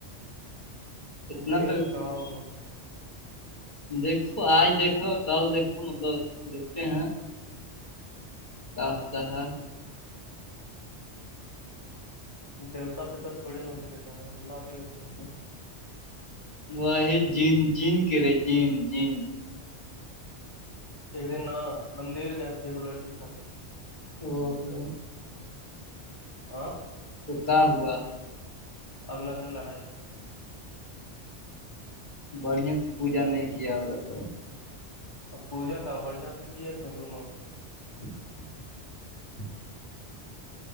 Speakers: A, on the left (about 20°); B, on the left (about 45°).
A: دھ
B: اتنا تو
A: کہؤ
B: دیکھو آج دیکھو کل دیکھو مطلب دیکھتے ہیں کا ہوتا ہے
A: دیتا پ تور تھوڑی مے کیاچا ہے اللہ کی کیاھا ہوتی
B: وہ ہے جین جین کہ رہے جین جین
A: ایک دن نہ مندر گئے تھے ایک لڑکی س
B: او ہو
A: آ
B: تو کہاں ہوا
A: اگلا دن لڑائی ہوگی
B: بڑھیا سے پوجا نہیں کیا ہوگا تو
A: ا پوجا کا بڑھیا سے کیے تھے دونوں
B: ج